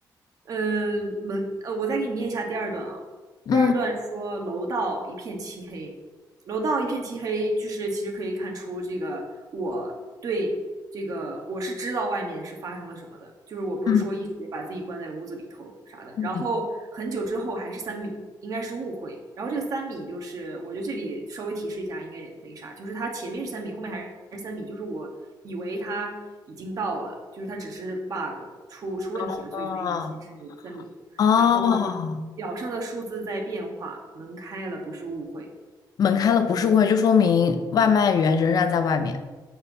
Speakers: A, on the right; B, on the left.
A: 嗯、呃门呃，我再给你念一下第二段啊。
B: 嗯
A: 第二段说楼道一片漆黑，楼道一片漆黑，就是其实可以看出这个我对这个我是知道外面是发生了什么的，就是我不是说一直把自己关在屋子里头啥的。
B: 嗯嗯，
A: 然后很久之后还是三米，应该是误会。然后这个三米就是，我觉得这里稍微提示一下，应该也没啥，就是它前面是三米，后面还是三米，就是我以为它已经到了，就是它只是 bug 出出问题了，
B: 啊
A: 所以才一直显示三米。
B: 啊，
A: 然后表上的数字在变化，门开了不是误会。
B: 门开了不是会，就说明外卖员仍然在外面。